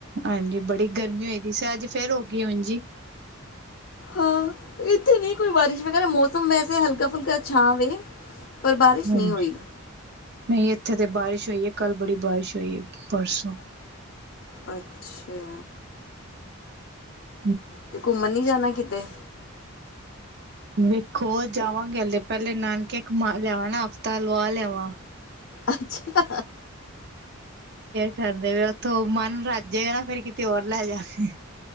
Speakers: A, on the right; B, on the left.
A: ਆ ਜੀ ਬੜੀ। ਗਰਮੀ ਹੋਈ ਦੀ, ਅੱਜ ਫੇਰ ਹੋ ਗਈ ਉੰਜੀ।
B: ਹਾਂ, ਇੱਥੇ ਨਹੀਂ ਕੋਈ ਬਾਰਿਸ਼ ਵਗੈਰਾ ਮੌਸਮ ਵੈਸੇ ਹਲਕਾ ਫੁਲਕਾ ਛਾਂ ਵੇ। ਪਰ ਬਾਰਿਸ਼
A: ਹਾਂਜੀ,
B: ਨਹੀਂ ਹੋਈ
A: ਨਹੀਂ ਇੱਥੇ ਤੇ ਬਾਰਿਸ਼ ਹੋਈ ਹੈ। ਕੱਲ ਬੜੀ ਬਾਰਿਸ਼ ਹੋਈ ਹੈ, ਪਰਸੋਂ-
B: ਅੱਛਾ।
A: ਹੂ।
B: ਤੇ ਘੁੰਮਣ ਨੀ ਜਾਣਾ ਕਿਤੇ?
A: ਵੇਖੋ, ਜਾਵਾਂਗੇ ਹਲੇ। ਪਹਿਲੇ ਨਾਨਕੇ ਘੁਮਾ ਲਿਆਵਾਂ ਨਾ, ਹਫ਼ਤਾ ਲਵਾ ਲਿਆਵਾਂ।
B: ਅੱਛਾ।
A: ਕਹਿੰਦੇ ਉੱਥੋਂ ਮਨ ਰੱਜੇਗਾ ਨਾ, ਫੇਰ ਕਿਤੇ ਹੋਰ ਲੈ ਜਾਵਾਗੇ।